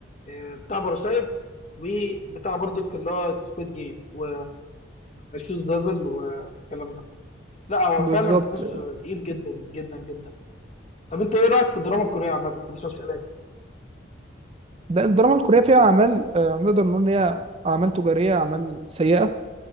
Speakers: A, on the left; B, on the right.
A: آه، بتاع باراسايت وبتاع برضك اللي هو سكويد جيم و شوز ديفل والكلام ده لا هو
B: بالظبط
A: فعلا تحس تقيل جدا جدا جدا طب انت ايه رايك في الدراما الكوريه عامه كمسلسلات
B: ده الدراما الكورية فيها أعمال آه، نقدر نقول إن هي أعمال تجارية أعمال سيئة